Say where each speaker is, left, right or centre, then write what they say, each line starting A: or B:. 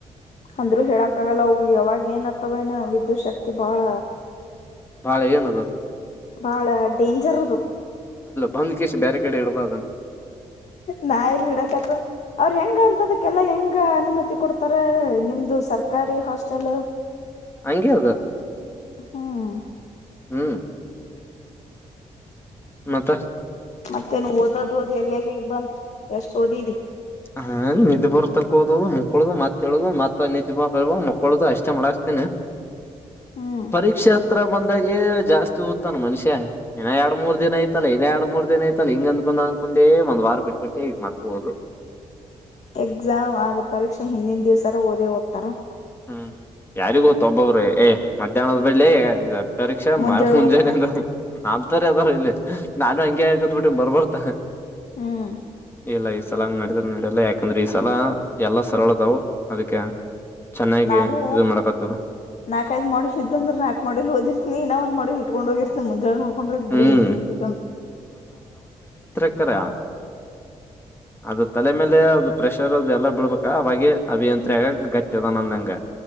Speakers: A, on the left (about 60°); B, on the left (about 15°).
A: ಅಂದ್ೂ ಹೇಳಕ್ಕ ಆಗಲ್ಲ ಅವು ಯಾವಾಗ ಏನ್ತವ ಏನ ವಿದ್ಯುತ್ ಶಕ್ತಿ ಬಾಳ.
B: ಭಾಳೆ ಏನುದು.
A: ಬಾಳ ಡೇಂಜರ್ದು.
B: ಬಂದ್ಕೇಶು ಬೇರೆ ಕಡೆ ಇಡಬ ಅ.
A: ನಾ ಎಲ್ಲಿ ಇಡಕತ್ ಅವ್ರ ಹೆಂಗ ಅಂತದಕ್ಕೆಲ್ಲಾ ಹೆಂಗ ಅನುಮತಿ ಕೊಡ್ತಾರ ನಿಮ್ದು ಸರ್ಕಾರಿ ಹಾಸ್ಟೆಲ್.
B: ಅಗೆ ಹದು
A: ಹ್ಮ್
B: ಹ್ಮ್. ಮತ್ತ.
A: ಮತ್ತೆನು ಓದೋದ್ ಓದ್ ಎಲ್ಲ ಎಲ್ಲಿಗ್ ಬಂತ ಎಷ್ಟ್ ಓದಿದ್ರಿ.
B: ಹಾ ನಿದ್ದೆ ಬರ್ತಕ್ಕ ಹೋದದು ಮುಕ್ಕೊದು ಮತ್ತತ್ೇಳಳದು ಮತ್ತ ನಿದ್ದ ಬಬ ಮಕ್ಕಳದು ಅಷ್ಟೇ ಮಾಡಾಕ್ತೇನ.
A: ಹ್ಮ್
B: ಪರೀಕ್ಷಾ. ಹತ್ರ ಬಂದಾಗೆ ಜಾಸ್ತಿ ಓದ್ತಾನ ಮನುಷ್ಯ. ಇನ್ನ ಎರಡು ಮೂರ್ ದಿನ ಐತಲ್ಲ ಇೇ ಎರಡು ಮೂ ದಿನ. ಇದೇನಾಯ್ತಲ್ಲ ಹಂಗ ಅಂದಕೊಂಡ್ ಅನ್ಕೊಂಡ ಒಂದ್ ವಾರ ಬಿಟ್ಬಟ್ಟ ಈಗ ಮಕ್ ಹೋ್.
A: ಎಕ್ಸಾಮ್ ಆದ ಪರೀಕ್ಷೆ ಹಿಂದಿನ ದಿವ್ಸರ ಓದೇ ಓದ್ತಾರ.
B: ಹ್ಮ್ ಯಾರಿಗೂತ್ತ ಒಬ್ಬಬ್ರೀ ಏ ಮಧ್ಯಾಹ್ನದ್ ಬಳ್ಳಿ. ಪರೀಕ್ಷಾ
A: ಮುಂಜಾಳೆ
B: ಮಾಡ ಮುಂಜೆನಂತ.
A: ಓದ
B: ನನ್ ತರ ಅದ್ರ ಇಲ್ಲಿ ನಾನು ಹಂಗೆ ಆಾಕತ್ ಬಿಟ್ಟ ಬರ್ಬರ್ತ.
A: ಹ್ಮ್.
B: ಇಲ್ಲ ಈ ಸಲ ಮಾಡಿದ್ರ ನಡಲ್ಲ ಯಾಕಂದ್ರೆ ಈ ಸಲ ಎಲ್ಲಾ ಸರಳದಾವವು ಅದಕ್ಕೆ. ಚೆನ್ನಾಗಿ
A: ನಾನು
B: ಇದು ಮಾಡಕತ್ತದ
A: ನಾಕ್ ಐದ್ ಮಾಡೆಲ್ ಇದ್ದಂದ್ರೆ ನಾಕ್ ಮಾಡಲ್ ಓದರ್ತನಿ ಇನ್ನ ಒಂದ್ ಮಾಡ ಹ ಇಟ್ಕೊಂಡ ಹೋಗಿರ್ ಮುಂಜೆ ಹಕೊಂಡ್ರದ ಬಿುಡ
B: ಹ್ಮ್
A: ಈಜಿ ಇದಂತ
B: ತಕರ ಅದು ತಲೆ ಮೇಲೆ ಅದು ಪ್ರೆಷರ್ ಅ ಎಲ್ಲ ಬಿಳ್ಬೇಕ ಅವಾಗ ಅಭಿಯಂತ್ರಿ ಆಗ ಗಟ್ಟದ ನಂದಂಗ